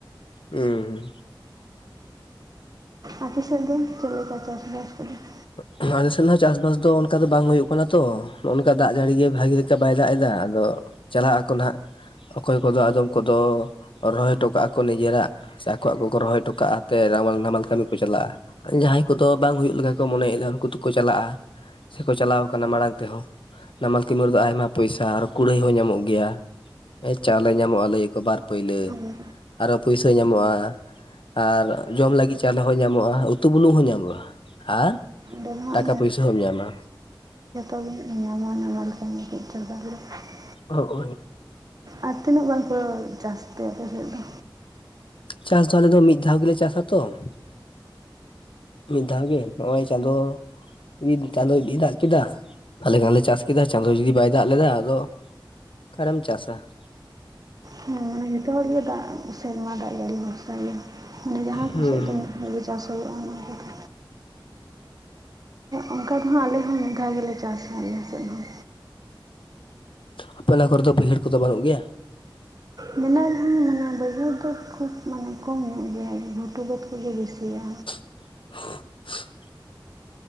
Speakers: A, on the left; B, on the right.
A: ᱦᱩᱸ ᱦᱩᱸ᱾
B: ᱟᱯᱮ ᱥᱮᱫ ᱫᱚ ᱪᱮᱫ ᱞᱮᱠᱟ ᱪᱟᱥᱵᱟᱥ ᱠᱚᱫᱚ ᱾
A: ᱟᱞᱮᱥᱮᱫ ᱦᱚᱸ ᱪᱟᱥᱵᱟᱥ ᱫᱚ ᱚᱱᱠᱟ ᱵᱟᱝ ᱦᱩᱭᱩᱜ ᱠᱟᱱᱟ ᱛᱚ ᱱᱚᱜᱼᱚ ᱱᱚᱝᱠᱟ ᱫᱟᱜ ᱡᱟᱹᱲᱤ ᱜᱮ ᱵᱷᱟᱜᱤ ᱞᱮᱠᱟ ᱵᱟᱭ ᱫᱟᱜ ᱮᱫᱟ ᱟᱫᱚ ᱪᱟᱞᱟᱜ-ᱟᱠᱚ ᱱᱟᱦᱟᱸᱜ ᱚᱠᱚᱭ ᱠᱚᱫᱚ ᱟᱫᱚᱢ ᱠᱚᱫᱚ ᱨᱚᱦᱚᱭ ᱦᱚᱴᱚ ᱠᱟᱜᱼᱟ ᱠᱚ ᱱᱤᱡᱮᱨᱟᱜ᱾ ᱥᱮ ᱟᱠᱚᱣᱟᱜ ᱠᱚ ᱠᱚ ᱨᱚᱦᱚᱭ ᱦᱚᱴᱠᱟᱜᱼᱟ ᱮᱱᱛᱮᱫ ᱱᱟᱢᱟᱞ ᱱᱟᱢᱟᱞ ᱠᱟᱹᱢᱤ ᱠᱚ ᱪᱟᱞᱟᱜᱼᱟ, ᱟᱨ ᱡᱟᱦᱟᱸᱭ ᱠᱚᱫᱚ ᱵᱟᱝ ᱦᱩᱭᱩᱜ ᱞᱮᱠᱟ ᱠᱚ ᱢᱚᱱᱮᱭᱮᱫᱟ ᱩᱱᱠᱩ ᱫᱚᱠᱚ ᱪᱟᱞᱟᱜᱼᱟ ᱥᱮᱠᱚ ᱪᱟᱞᱟᱣ ᱟᱠᱟᱱᱟ ᱢᱟᱲᱟᱝ ᱛᱮᱦᱚᱸ ᱱᱟᱢᱟᱞ ᱠᱟᱹᱢᱤᱨᱮ ᱫᱚ ᱟᱭᱢᱟ ᱯᱚᱭᱥᱟ ᱟᱨ ᱠᱩᱲᱟᱹᱭ ᱦᱚᱸ ᱧᱟᱢᱚᱜ ᱜᱮᱭᱟ ᱦᱮᱸ ᱪᱟᱣᱞᱮ ᱧᱟᱢᱚᱜᱼᱟ ᱞᱟᱹᱭᱟᱚ ᱵᱟᱨ ᱯᱟᱹᱭᱞᱟᱹ
B: ᱦᱮᱸ ᱚᱸᱰᱮ
A: ᱟᱨᱚ ᱯᱩᱭᱥᱟᱹ ᱧᱟᱢᱚᱜᱼᱟᱺ ᱟᱨ ᱡᱚᱢ ᱞᱟᱹᱜᱤᱫ ᱪᱟᱣᱞᱮ ᱦᱚᱸ ᱧᱟᱢᱚᱜᱼᱟ ᱩᱛᱩ ᱵᱩᱞᱩᱜᱝ ᱦᱚᱸ ᱧᱟᱢᱚᱜᱼᱟ᱾ ᱦᱮᱸ,
B: ᱫᱚ ᱦᱟᱸᱜ
A: ᱴᱟᱠᱟ ᱯᱩᱭᱥᱟᱹ ᱦᱚᱸᱢ ᱧᱟᱢᱟ᱾
B: ᱟᱨ ᱱᱟᱢᱟ ᱱᱟᱢᱟᱞ ᱠᱟᱹᱢᱤ ᱠᱟᱺᱡ ᱪᱟᱵᱟ ᱦᱩᱲᱩ <unintelligible>
A: ᱚ ᱳᱭ
B: ᱟᱨ ᱛᱤᱱᱟᱹᱜ ᱵᱟᱨ ᱠᱚ ᱪᱟᱥ ᱛᱮ ᱟᱯᱮ ᱥᱮᱫ ᱫᱚ
A: ᱪᱟᱥ ᱫᱚ ᱟᱞᱮ ᱫᱚ ᱢᱤᱫ ᱫᱷᱟᱣ ᱜᱮᱞᱮ ᱪᱟᱥ ᱟᱛᱚ ᱾ ᱢᱤᱫ ᱫᱷᱟᱣ ᱜᱮ ᱱᱚᱜ-ᱚᱭ ᱪᱟᱸᱫᱚ᱾ ᱤᱱ ᱪᱟᱸᱫᱚ ᱡᱩᱫᱤᱭ ᱫᱟᱜ ᱠᱮᱫᱟ ᱟᱞᱮ ᱦᱚᱸᱞᱮ ᱪᱟᱥ ᱠᱮᱫᱟ ᱪᱟᱸᱫᱚ ᱡᱩᱫᱤ ᱵᱟᱭ ᱫᱟᱜ ᱞᱮᱫᱟ ᱟᱫᱚ ᱚᱠᱟᱨᱮᱢ ᱪᱟᱥᱼᱟ᱾
B: ᱦᱮᱸ ᱢᱟᱱᱮ ᱡᱚᱛᱚ ᱦᱚᱲᱜᱮ ᱫᱟᱜ ᱥᱮ ᱱᱚᱣᱟ ᱫᱟᱜ ᱡᱟᱲᱤ ᱵᱷᱚᱨᱥᱟ ᱜᱮ ᱢᱟᱱᱮ ᱡᱟᱦᱟᱸ
A: ᱦᱩᱸ
B: ᱠᱚᱥᱮᱫ ᱫᱚ ᱵᱷᱟᱜᱮ ᱪᱟᱥ ᱦᱩᱭᱩᱜᱼᱟ ᱚᱱᱟ ᱠᱚ ᱚᱱᱠᱟ ᱫᱚᱦᱟᱸᱜ ᱟᱞᱮ ᱦᱚᱸ ᱢᱤᱫ ᱫᱷᱟᱣ ᱜᱮᱞᱮ ᱪᱟᱥᱟ ᱟᱞᱮ ᱥᱮᱫ ᱦᱚᱸ
A: ᱟᱯᱮ ᱚᱱᱟ ᱠᱚᱨᱮ ᱫᱚ ᱵᱟᱹᱭᱦᱟᱹᱲ ᱠᱚᱫᱚ ᱵᱟᱹᱱᱩᱜ ᱜᱮᱭᱟ
B: ᱢᱮᱱᱟᱜ ᱨᱮᱦᱚᱸ ᱢᱟᱱᱮ ᱵᱟᱹᱭᱦᱟᱹᱲ ᱫᱚ ᱠᱷᱩᱵ ᱢᱟᱱᱮ ᱠᱚᱢ ᱧᱚᱜ ᱡᱮ ᱜᱷᱩᱴᱩ ᱵᱟᱹᱫ ᱠᱚᱜᱮ ᱵᱤᱥᱤᱭ-ᱟ
A: <inaudible>